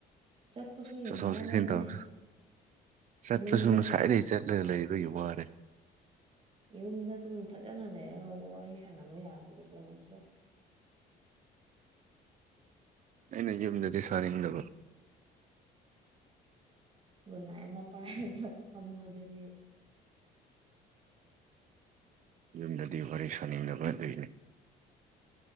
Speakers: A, on the right (about 35°); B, on the right (about 50°).
A: ꯆꯠꯄꯁꯨ
B: ꯆꯠꯊꯣꯛ
A: ꯌꯥꯝ ꯋꯥꯕꯅꯦ
B: ꯆꯠꯁꯤꯟ ꯇꯧꯔꯁꯨ ꯆꯠꯄꯁꯨ
A: ꯌꯨꯝꯗ
B: ꯉꯁꯥꯏꯗꯒꯤꯩ ꯆꯠꯂꯒ ꯂꯩꯕꯒꯤ ꯋꯥꯔꯦ
A: ꯌꯨꯝꯗ ꯑꯗꯨꯝ ꯐꯖꯅ ꯂꯩꯔꯒ ꯋꯥꯔꯤ ꯁꯥꯟꯅꯕ ꯌꯥꯕꯗꯨꯕꯨ ꯅꯪꯁꯨ
B: ꯑꯩꯅ ꯌꯨꯝꯗꯗꯤ ꯁꯥꯅꯤꯡꯗꯕ
A: ꯒꯨꯟꯅꯥꯏ ꯑꯃ ꯄꯥꯏꯔꯒ ꯐꯝꯃꯨꯗꯗꯤ
B: ꯌꯨꯝꯗꯗꯤ ꯋꯥꯔꯤ ꯁꯥꯅꯤꯡꯗꯕ ꯑꯗꯨꯣꯏꯅꯤ